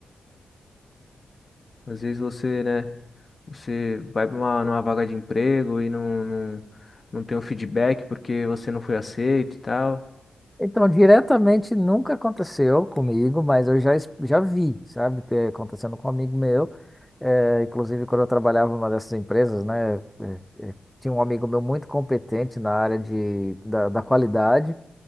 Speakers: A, on the left; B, in the centre.
A: Às vezes você, né? Você vai para uma numa vaga de emprego e não, não, não tem o feedback porque você não foi aceito e tal.
B: Então, diretamente nunca aconteceu comigo, mas eu já, es- já vi, sabe, que é acontecendo com um amigo meu. Eh, inclusive, quando eu trabalhava numa dessas empresas, né, eh, eh, tinha um amigo meu muito competente na área de, da, da qualidade.